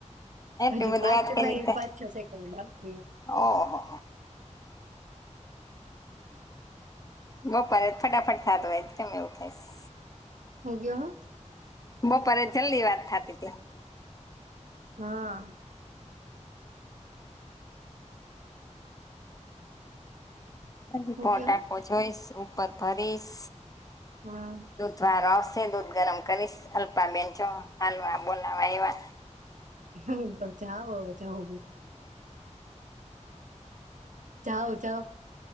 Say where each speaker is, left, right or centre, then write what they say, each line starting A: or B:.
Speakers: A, on the left; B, on the right.
A: એટલી
B: હજી
A: બધી
B: પાંચ
A: વાત કરી તે
B: પાંચ છ સેકન્ડ બાકી હૈ.
A: ઓહો બપોરે જ ફટાફટ થાતો હોય, કેમ એવું થાય સે?
B: હું ગયો હ
A: બપોરે જલ્દી વાત થાતી તી.
B: હા.
A: હજી
B: હું
A: પોટાકો
B: કયો
A: જોઈશું. પર પરિસ.
B: હા
A: દુધવારો આવસ તે દૂધ ગરમ કરીશ અલ્પા બેન જો હાલવા બોલાવા આઇવા.
B: હમ. જાવો હવે જાવો. જાવો જાવો.